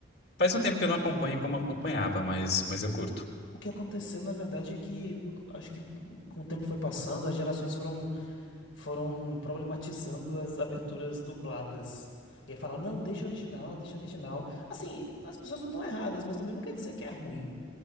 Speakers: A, on the left; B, on the left.
A: Faz um tempo que eu não acompanho como acompanhava, mas mas eu curto.
B: O que aconteceu, na verdade, é que acho que com o tempo foi passando, as gerações foram foram problematizando as aberturas dubladas. E aí fala, não, deixa original, deixa original. Assim, as pessoas não estão erradas, mas também não quer dizer que é ruim,